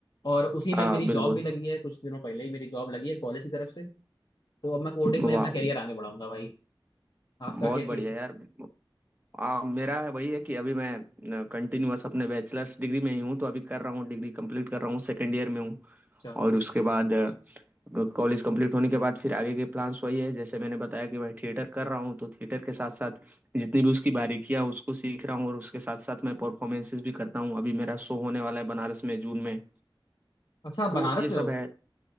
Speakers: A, on the left; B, on the right.
A: और उसी में
B: हाँ
A: अब मेरी
B: बिल्कुल
A: जॉब भी लगी है कुछ दिनों पहले ही मेरी जॉब लगी है कॉलेज की तरफ से तो अब मैं कोडिंग
B: वाह
A: में अपना करियर आगे बढ़ाऊंगा भाई आपका
B: बहुत
A: क्या
B: बढ़िया
A: सीन है
B: यार आ, मेरा है वही है कि अभी मैं कंटिन्यूअस अपने बैचलर्स डिग्री में ही हूँ तो अभी कर रहा हूँ डिग्री कंप्लीट कर रहा हूँ सेकेंड ईयर में हूँ
A: अच्छा
B: और उसके बाद कॉलेज कंप्लीट होने के बाद फिर आगे के प्लान्स वही है जैसे मैंने बताया कि मैं थिएटर कर रहा हूँ तो थिएटर के साथ साथ जितनी भी उसकी बारीकियाँ हैं, उसको सीख रहा हूँ और उसके साथ साथ मैं परफॉर्मेंसेस भी करता हूँ अभी मेरा शो होने वाला है बनारस में जून में
A: अच्छा आप बनारस
B: तो ये सब
A: में हो
B: है